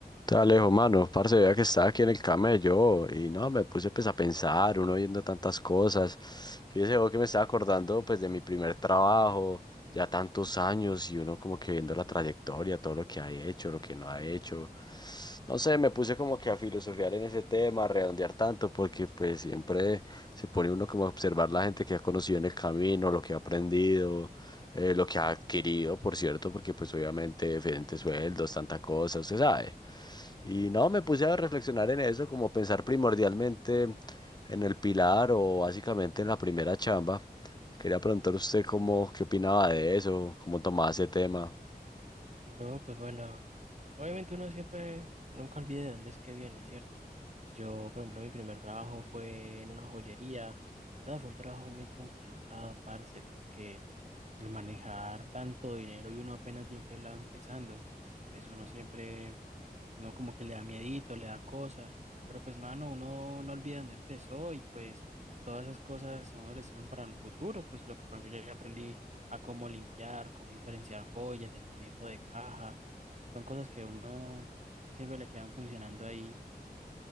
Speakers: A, on the left (about 25°); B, on the right (about 45°).
A: Te Alejo, mano, parce, vea que estaba aquí en el camello y no, me puse pues a pensar, uno viendo tantas cosas. Fíjese vos que me estaba acordando pues de mi primer trabajo, ya tantos años y uno como que viendo la trayectoria, todo lo que ha hecho, lo que no ha hecho. No sé, me puse como que a filosofiar en ese tema, a redondear tanto, porque pues siempre se pone uno como a observar la gente que ha conocido en el camino, lo que ha aprendido, eh, lo que ha adquirido, por cierto, porque pues obviamente diferentes sueldos, tanta cosa, usted sabe. Y no, me puse a reflexionar en eso, como pensar primordialmente en el pilar o básicamente en la primera chamba. Quería preguntar usted cómo, qué opinaba de eso, cómo tomaba ese tema.
B: Bro, pues bueno, obviamente uno siempre, nunca olvide de dónde es que viene, ¿cierto? Yo, por ejemplo, mi primer trabajo fue en una joyería, ¿verdad? Fue un trabajo muy complicado, parce, porque el manejar tanto dinero y uno apenas bien pelado empezando, pues uno siempre, uno como que le da miedito, le da cosa, pero pues mano, uno no olvida dónde empezó y pues todas esas cosas a uno le sirven para el futuro, pues lo que por ejemplo yo ya aprendí a cómo limpiar, cómo diferenciar joyas, el manejo de caja, son cosas que a uno siempre le quedan funcionando ahí.